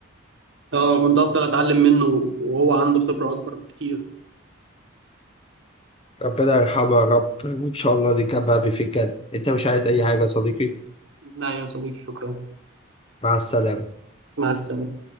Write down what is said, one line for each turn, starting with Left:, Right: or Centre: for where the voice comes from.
Right: اه كنت افضل اتعلم منه وهو عنده خبره اكبر بكتير
Left: ربنا يرحمه يا رب وإن شاء الله نتجمع بيه في الجنة أنت مش عايز أي حاجة يا صديقي
Right: لا يا صديقي شكرا
Left: مع السلامة
Right: مع السلامة